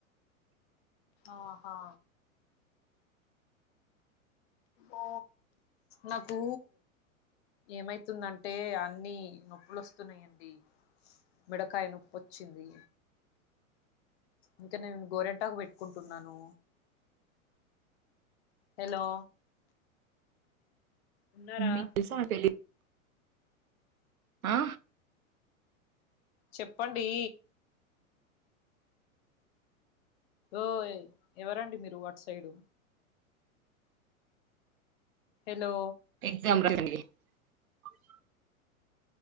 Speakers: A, on the left; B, on the right.
A: ఆహా ఓ నాకు ఏమైతుందంటే అన్ని నొప్పులు వస్తున్నాయిండి మెడకాయ నొప్పి వచ్చింది ఇంకా నేను గోరెంటాకు పెట్టుకుంటున్నాను హలో ఉన్నారా
B: మీ పిస పెళ్ళికి ఆ
A: చెప్పండీ ఓయ్ ఎవరండి మీరు అట్ సైడు హలో
B: <unintelligible>